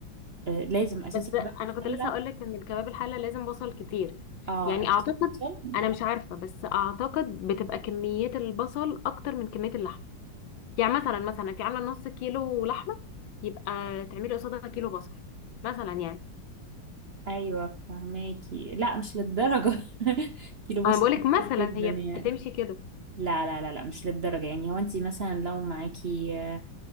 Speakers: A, on the right (about 65°); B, on the left (about 75°).
A: آه لازم أساسي
B: بس
A: كباب
B: انا
A: الحلة
B: كنت لسه اقول لك ان الكباب الحلة لازم بصل كتير
A: اه
B: يعني
A: أساسي
B: اعتقد
A: بصل
B: انا مش عارفة بس اعتقد بتبقى كمية البصل اكتر من كمية اللحم يعني مثلا مثلا انت عاملة نص كيلو لحمة يبقى تعملي قصادها كيلو بصل مثلا يعني
A: أيوة فهماكي لا مش للدرجة <laughs> كيلو
B: انا
A: بصل
B: بقولك مثلا
A: كتير جدا
B: هي
A: يعني
B: بتمشي كده
A: لا لا لا لا مش للدرجة يعني هو انت مثلا لو معاكي آه،